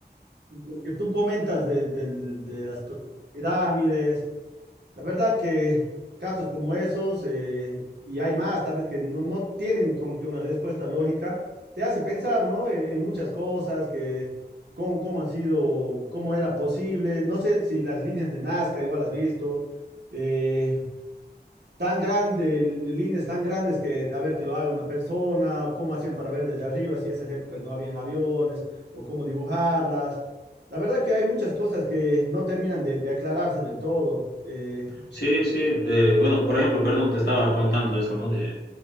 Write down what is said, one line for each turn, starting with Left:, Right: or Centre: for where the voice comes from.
Right: lo que tú comentas de, del- de las to- pirámides, La verdad que casos como esos, eh, y hay más, tal vez que no, no tienen como que una respuesta lógica, te hace pensar, ¿no? En, en muchas cosas, que cómo, cómo han sido, cómo era posible. No sé si las líneas de Nazca igual has visto, eh, tan grandes líneas tan grandes que, a ver, que lo haga una persona, cómo hacían para ver desde arriba, si en esas épocas no habían aviones, o cómo dibujarlas. La verdad que hay muchas cosas que no terminan de, de aclararse del todo. eh,
Left: Sí, sí. eh, bueno, por ejemplo, perdón, te estaba contando de esto, ¿no? De,